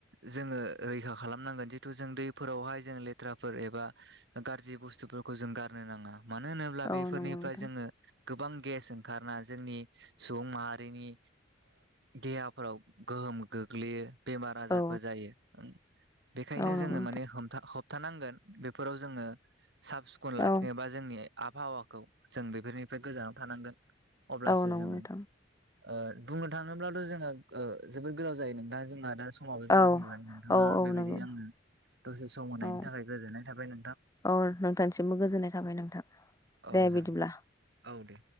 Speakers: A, on the right (about 60°); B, on the left (about 15°).
A: जोङो रैखा खालामनांगोन <unintelligible> थु जों दैफोरावहाय जों लेथ्राफोर एबा गाज्रि बुस्थुफोरखौ जों गारनो नाङा। मानो होनोब्ला बेफोरनिफ्राय
B: औ नंगौ नोंथां
A: जोङो गोबां गेस ओंखारना जोंनि सुबुं माहारिनि देहाफोराव गोहोम गोग्लैयो बेमार आजारफोर
B: औ
A: जायो बेखायनो
B: औ
A: जोङो
B: नंगौ नोंथां
A: माने होबथानांगोन बेफोराव जोङो साफ सिखन लाखिनोबा
B: औ
A: जोंनि आबहावाखौ जों बेफोरनिफ्राय गोजानाव थानांगोन अब्लासो
B: औ नंगौ
A: जोङो
B: नोंथां
A: ओ बुंनो थाङोब्लाथ' जोङो ओ जोबोद गोलाव जायो नोंथाङा जोंना दा समाबो जाना
B: औ
A: फैबाय नोंथाङा
B: औ औ
A: बेबायदि
B: नंगौ
A: आंनो दसे सम होनायनि
B: औ
A: थाखाय गोजोननाय थाबाय नोंथां।
B: औ नोंथांसिमबो गोजोननाय थाबाय नोंथां।
A: औ
B: दे
A: जागोन
B: बिदिब्ला
A: औ दे